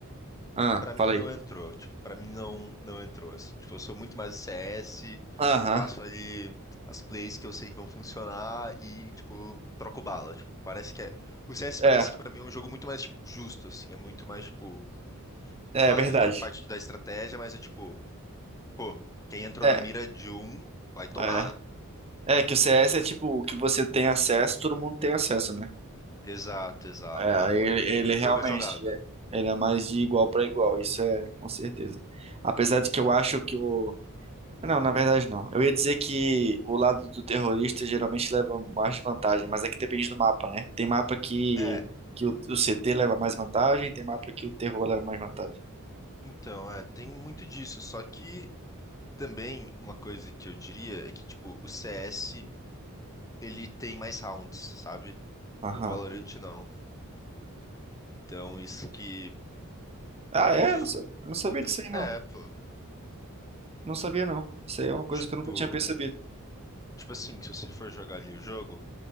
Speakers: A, on the right; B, on the left.
A: Ah,
B: Pra mim
A: fala aí.
B: não entrou, tipo, para mim não não entrou assim. Tipo, eu sou muito mais CS,
A: Aham.
B: faço ali as plays que eu sei que vão funcionar e tipo, troco bala, tipo, parece que é, o CS
A: É,
B: parece que pra mim é um jogo muito mais tipo justo assim, é muito mais tipo,
A: é
B: claro,
A: verdade.
B: ele tem a parte da estratégia, mas é tipo, pô, quem entrou
A: É,
B: na mira de um vai tomar.
A: é. É que o CS é tipo, o que você tem acesso, todo mundo tem acesso, né?
B: Exato, exato,
A: É, aí
B: tipo,
A: ele,
B: é,
A: ele
B: o
A: realmente
B: jogo é jogado.
A: é. Ele é mais de igual pra igual, isso é com certeza. Apesar
B: Então,
A: de que eu acho que o Não, na verdade não. Eu ia dizer que o lado do terrorista geralmente leva mais vantagem, mas é que depende do mapa, né? Tem mapa que,
B: é,
A: que o, o CT leva mais vantagem, tem mapa que o terror leva mais vantagem.
B: então, é, tem muito disso, só que Também uma coisa que eu diria é que, tipo, o CS, ele tem mais rounds, sabe?
A: Aham.
B: E o Valorant não. Então, isso que
A: Ah,
B: é
A: é? Eu não, sa- eu não sabia
B: complicado.
A: disso aí, não.
B: É, pô.
A: Não sabia, não. Isso aí é uma coisa
B: Tipo,
A: que eu nunca tinha percebido.
B: tipo assim, se você for jogar ali o jogo,